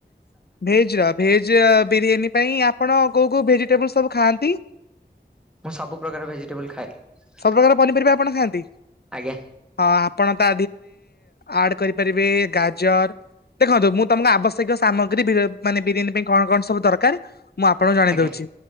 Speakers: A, on the left (about 65°); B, in the centre.
A: ଭେଜେର ଭେଜ ବିରିୟାନୀ ପାଇଁ ଆପଣ କୋଉ କୋଉ ଭେଜିଟେବୁଲ ସବୁ ଖାଆନ୍ତି।
B: ମୁଁ ସବୁ ପ୍ରକାର ଭେଜିଟେବୁଲ ଖାଏ।
A: ସବୁ ପ୍ରକାର
B: <inaudible>
A: ପନିପରିବା ଆପଣ ଖାଆନ୍ତି।
B: ଆଜ୍ଞା
A: ହଁ ଆପଣ ତା ଆଡ କରିପାରିବେ ଗାଜର ଦେଖନ୍ତୁ ମୁଁ ତମ ଆବଶ୳ ସେ ସାମଗ୍ରୀ ମାନେ ବିରିୟାନୀ ପାଇଁ କଣ କଣ ସବୁ ଦରକାର ମୁଁ ଆପଣଙ୍କୁ ଜଣେଇ
B: ଆଜ୍ଞା
A: ଦଉଚି।